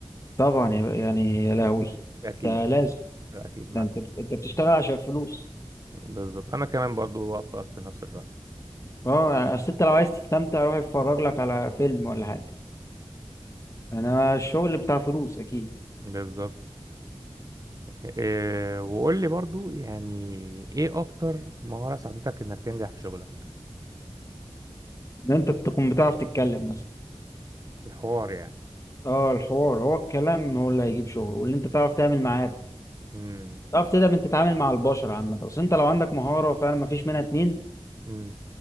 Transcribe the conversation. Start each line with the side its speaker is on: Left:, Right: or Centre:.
Left: طبعا يا- يعني يا لهوي
Right: اكيد
Left: ده لازم
Right: اكيد معاك
Left: يعني انت انت بتشتغل عشان فلوس
Right: بالظبط انا كمان برضو وافقك في نفس الرأي
Left: اه يعني اصل انت لو عايز تستمتع روح اتفرج لك على فيلم ولا حاجه انا الشغل بتاع فلوس اكيد
Right: بالظبط إيه وقول لي برضو يعني ايه اكتر مهارة ساعدتك انك تنجح في شغلك
Left: ان انت تكون بتعرف تتكلم مثلا
Right: الحوار يعني
Left: اه الحوار هو الكلام هو اللي هيجيب شغل واللي انت تعرف تعمل معارف
Right: امم
Left: تعرف تقدر انت تتعامل مع البشر عامه اصل انت لو عندك مهاره فعلا ما فيش منها اتنين
Right: امم